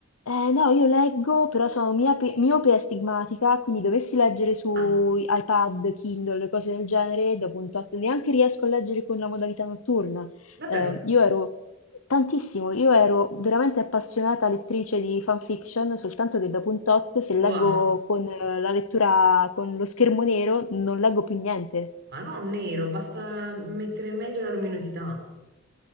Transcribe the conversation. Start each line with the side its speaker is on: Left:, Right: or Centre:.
Left: Eh, no, io leggo, però sono miape- miope, e astigmatica, quindi dovessi leggere su
Right: Ah,
Left: iPad, Kindle, cose del genere, dopo un tot neanche riesco a leggere con la modalità notturna.
Right: davvero?
Left: Eh, io ero tantissimo, io ero veramente appassionata lettrice di fanfiction, soltanto che dopo un tot, se
Right: Wow.
Left: leggo con eh, la lettura con lo schermo nero, non leggo più niente.
Right: Ma no, nero, basta mettere meglio la luminosità.